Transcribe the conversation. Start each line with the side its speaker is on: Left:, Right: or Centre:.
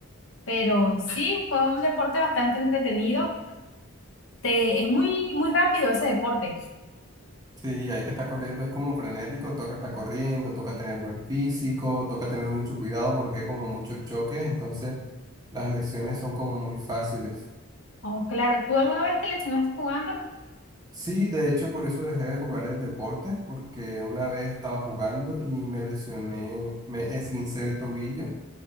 Left: pero sí fue un deporte bastante entretenido. Te, es muy, muy rápido ese deporte.
Right: Sí, hay que estar corriendo, es como frenético, toca estar corriendo, toca tener buen físico, toca tener mucho cuidado porque hay como muchos choques, entonces las lesiones son como muy fáciles.
Left: Oh, claro, ¿tú alguna vez te lesionaste jugando?
Right: Sí, de hecho, por eso dejé de jugar el deporte, porque una vez estaba jugando y me lesioné, me esguincé el tobillo.